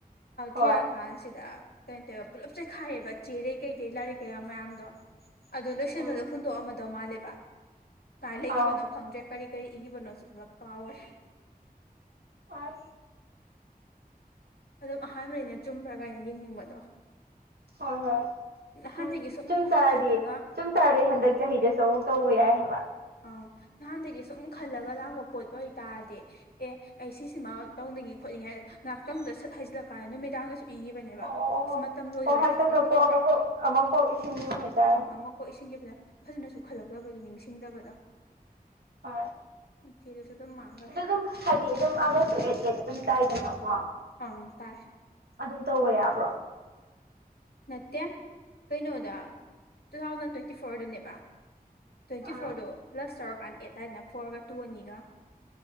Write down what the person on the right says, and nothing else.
ꯍꯣꯏ
ꯎꯝ
ꯑꯧ
ꯑ
ꯍꯣꯏ -ꯍꯣꯏ
ꯆꯨꯝ ꯇꯥꯔꯗꯤ
-ꯆꯨꯝ ꯇꯥꯔꯗꯤ ꯍꯟꯗꯛ ꯆꯍꯤꯗꯁꯨ ꯑꯃꯨꯛ ꯇꯧꯕ ꯌꯥꯏ ꯍꯥꯏꯕ
ꯑꯣ ꯑꯣ ꯑꯣ ꯍꯣ
ꯑꯣ ꯍꯟꯗꯛꯅ
ꯀꯣꯛ ꯑꯃ
ꯀꯣꯛ ꯑꯃ ꯀꯣꯛ ꯏꯁꯤꯟꯈꯤꯕ ꯍꯥꯏꯇꯥꯔꯦ
ꯑ
-ꯑ ꯑꯗꯨꯝ ꯍꯥꯏꯗꯤ ꯑꯗꯨꯝ ꯑꯒꯁ ꯇꯨ ꯑꯦꯠ -ꯑꯦꯠ ꯑꯗꯨꯝ ꯇꯥꯏꯗꯅ ꯑꯣ
ꯑꯗꯨꯝ ꯇꯧꯕ ꯌꯥꯕ꯭ꯔꯣ
ꯑ